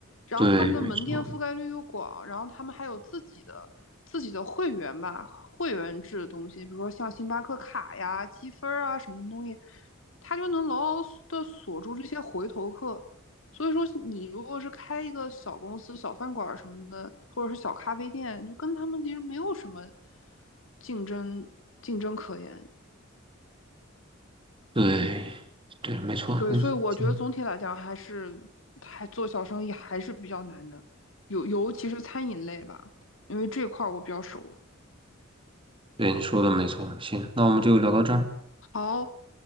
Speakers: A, on the left; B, on the right.
A: 然后他们的门店覆盖率又广，
B: 对，没错，
A: 然后他们还有自己的自己的会员吧，会员制的东西，比如说像星巴克卡呀、积分啊什么的东西，它就能牢牢的锁住这些回头客。所以说，你如果是开一个小公司、小饭馆什么的，或者是小咖啡店，就跟他们其实没有什么竞争竞争可言。
B: 对，对，没错，
A: 对，
B: 嗯，
A: 所以我觉得总体来讲，
B: 行，
A: 还是还做小生意还是比较难的，尤尤其是餐饮类吧，因为这块儿我比较熟。
B: 对，你说的没错。行，那我们就聊到这儿。
A: 好，